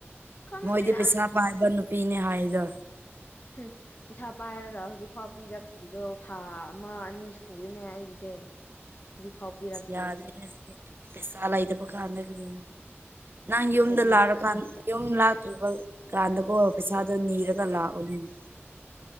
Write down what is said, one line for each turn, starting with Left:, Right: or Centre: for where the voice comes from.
Left: ꯈꯪꯗꯦꯗ
Right: ꯃꯣꯏꯗꯤ ꯄꯩꯁꯥ ꯄꯥꯏꯕ ꯅꯨꯄꯤꯅꯦ ꯍꯥꯏꯗ
Left: ꯎꯝ ꯄꯩꯁꯥ ꯄꯥꯏꯔꯒ ꯍꯧꯖꯤꯛꯐꯥꯎ ꯄꯤꯔꯛꯇ꯭ꯔꯤꯗꯣ ꯊꯥ ꯑꯃ ꯑꯅꯤ ꯁꯨꯔꯤꯅꯦ ꯑꯩꯒꯤꯁꯦ ꯍꯧꯖꯤꯛꯐꯥꯎ ꯄꯤꯔꯛꯇꯦ
Right: ꯌꯥꯗꯁꯤꯗꯤ ꯄꯩꯁꯥꯂꯥꯏꯗ ꯄꯀꯥ ꯂꯒ ꯅꯪ ꯌꯨꯝꯗ
Left: ꯀꯔꯤꯅꯣ
Right: ꯂꯥꯛꯔꯀꯥꯟ ꯌꯨꯝ ꯂꯥꯛꯇ꯭ꯔꯤꯕ ꯀꯥꯟꯗꯀꯣ ꯄꯩꯁꯥꯗ ꯑꯅꯤꯔꯒꯂꯥ ꯑꯣꯅꯦꯅ